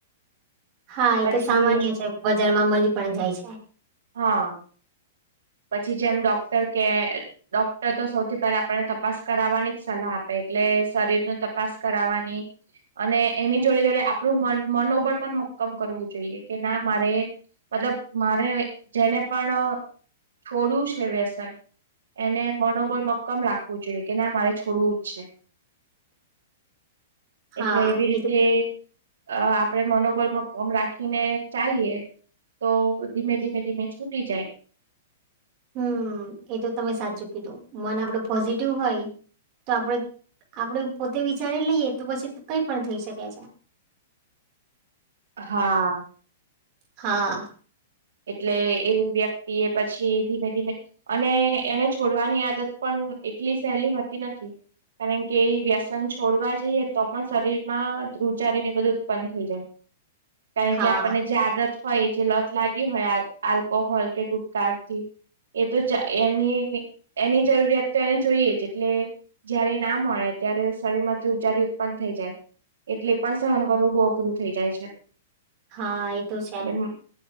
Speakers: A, on the right; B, on the right.
A: હા
B: પછી
A: એ તો સામાન્ય છે, બજારમાં મળી પણ જાય છે.
B: હા. પછી જેમ ડોક્ટર કે ડોક્ટર તો સૌથી પહેલા આપણને તપાસ કરાવવાની જ સલાહ આપે એટલે શરીર ન તપાસ કરની અને એની જોડે જોડે આપણું મ પણ, કરવું જોઈએ કે ના મારે મતલબ મારે જેને પણ છોડું છેવેસન એને મનોબળ મક્કમ રાખવું જોઈએ કે ના મારે છોડવું જ છે
A: હા
B: એટલે એવી રીતે
A: એ તો
B: અ આપડે મનોબલમાં કોમ રાખીને ચાલીએ તો ધીમે ધીમે દિમે છૂટી જાય-
A: હમ એ તો તમે સાચું કીધું મન આપડું પોઝિટિવ હોય તો આપડે આપડે પોતે વિચારી લઈએ તો પછી કઈ પણ થઈ શકે છે.
B: હા.
A: હા.
B: એટલે એ વ્યક્તિ એ પછી ધીમે ધીમે અને એને છોડવાની આદત પણ એટલી સહેલીતી નથી. કારણ કે વ્યસન છોડવા જઈએ તો પણ શરીર માં રુચારી ને બધું ઉત્પન્ન થઈ જાય કારણ
A: હા
B: કે આપણને જે આદત હોય જે લોથ લાગે હોય આલ્કોહોલ કે ગુટકાથી એ તો એની એની જરૂરિયાત તો એને જોઈએ જ એટલે જયારે ના મળે ત્યારે શરીર માંથી ઉજારી ઉત્પન્ન થઈ જાય એટલે પણ સહન કરવું બહ અઘરું થઇ જાય છે.
A: હા. એ તો છે.
B: એટલે